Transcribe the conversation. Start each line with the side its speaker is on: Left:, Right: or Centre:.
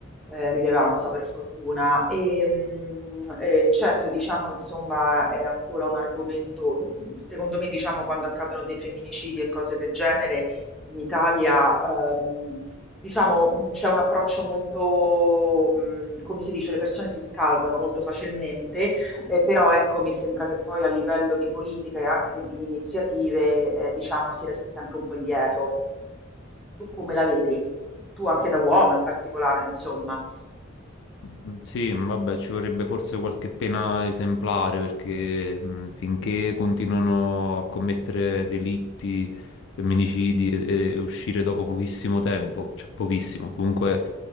Centre: eh, rilevanza per fortuna. E, mm, eh, certo, diciamo, insomma, è ancora un argomento, mm, secondo me, diciamo, quando accadono dei femminicidi e cose del genere in Italia, ehm, diciamo, mh, c'è un approccio molto, mh, come si dice, le persone si scaldano molto facilmente Eh, però ecco, mi sembra che poi a livello di politica e anche di iniziative, eh, diciamo, si resti sempre un po' indietro. Tu come la vedi? Tu anche da uomo in particolare, insomma.
Left: Mm, Sì, mm, vabbè, ci vorrebbe forse qualche pena esemplare perché mm, finché continuano a commettere delitti, femminicidi e, e uscire dopo pochissimo tempo, cioè pochissimo, comunque